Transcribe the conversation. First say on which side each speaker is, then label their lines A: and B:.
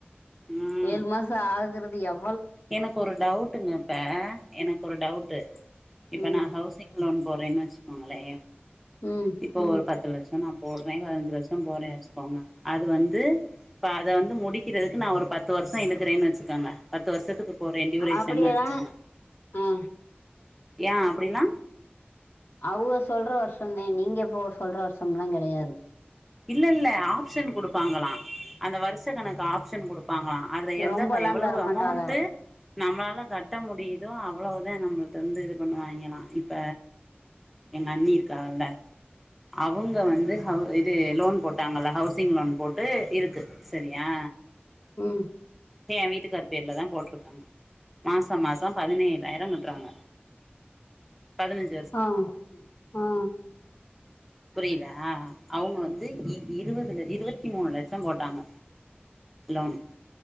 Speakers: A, in the centre; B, on the left.
A: ம்
B: ஏழு மாசொ ஆகறது எப்
A: எனக்கு ஒரு டவுட்டுங்கப்ப எனக்கு ஒரு டவுட்டு இப்ப
B: ம்
A: நா ஹவுசிங் லோன் போட்றேன்னு வச்சுக்கோங்களே
B: ம்
A: இப்போ ஒரு பத்து லட்சம் நா போறேன் பதினஞ்சு லட்சம் போறேனு வச்சுக்கோங்க அது வந்து ப்ப அத வந்து முடிக்கிறதுக்கு நா ஒரு பத்து வருஷொ எடுக்கிறேன்னு வச்சுக்கோங்க பத்து வருஷத் போரேன் ட்யூரேஷன்னு
B: அப்படியேதா
A: வச்சுக்கங்க
B: ஆ
A: ஏ அப்டில்லா
B: அவுக சொல்ற வருஷொந்தே நீங்க போ சொல்ற வருஷம்லா கெடையாது
A: இல்ல இல்ல ஆப்ஷன் குடுப்பாங்களா அந்த வருஷ கணக்கு ஆப்ஷன் குடுப்பாங்களா அதுல எந்தக்கா
B: ரொம்பல்லா
A: எவ்வளவு
B: தரமாட்டாக
A: அமௌன்ட்டு நம்மளால கட்ட முடியுதோ அவ்வளவுதே நம்மள்ட்ட வந்து இது பண்ணுவாங்கலா இப்ப எங்க அண்ணி இருக்காகல்ல அவுங்க வந்து ஹவு இது லோன் போட்டாங்கல்ல ஹவுசிங் லோன் போட்டு இருக்கு சரியா
B: ம்
A: ஏன் வீட்டுக்கார் பேர்லதா போட்ருக்காங்க மாச மாசம் பதினேழாயிரங் கட்றாங்க பதினஞ்ச
B: ஆ ஆ
A: புரியிதா அவுங்க வந்து இ இருவதுல இருவத்தி மூணு லட்சம் போட்டாங்க லோன்